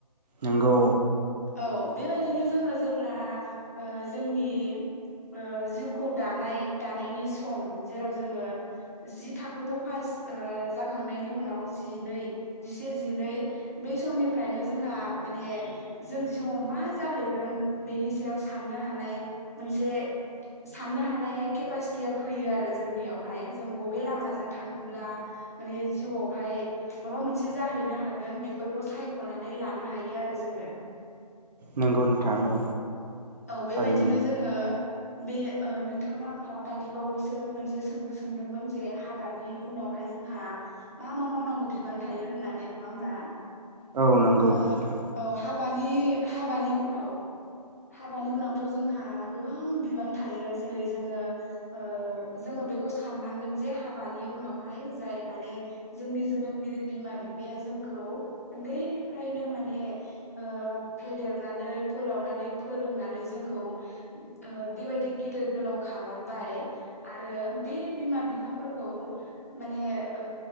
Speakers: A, on the right; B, on the left.
A: नंगौ।
B: औ बेबायदिनो जोङो जेब्ला ओ जोंनि ओ जिउखौ दानाय दानायनि सम जेराव जोङो जि थाखोखौ फास ओ जाखांनायनि उनाव जिनै जिसे जिनै बै समनिफ्रायनो जोंहा माने जों जिउआव मा जाहैगोन बिनि सायाव साननो हानाय मोनसे साननो हानाय केपासितिया फैयो आरो जोंनियावहाय बबे लामाजों थांब्ला माने जिउयावहाय माबा मोनसे जाहैनो हागोन बे बेफोरखौ सायख'नानै लानो हायो आरो जोङो
A: नंगौ नोंथां औ।
B: औ बेबायदिनो
A: थारैनो
B: जोङो बे ओ नोंथांङा आंनाव दानि बावैसो मोनसे सोंलु सोंदोंमोन जे हाबानि उनावहाय जोंहा मा मा मावनांगौ बिबान थायो होननानै नङा होनबा?
A: औ नंगौ
B: ओ
A: नोंथां
B: औ हाब हाबानि हाबानि उनाव हाबानि उनावथ' जोंहा गोबां बिबान थायो जेरै जोङो ओ जोङो बेखौ साननांगोन जे हाबानि उनावहाय जाय माने जोंनि जोनोमगिरि बिमा बिफाया जोंखौ उन्दैनिफ्रायनो माने ओ फेदेरनानै फोलावनानै फोरोंनानै जोंखौ ओ बेबायदि गिदिर गोलाव खालामबाय आरो बे बिमा बिफाफोरखौ माने ओ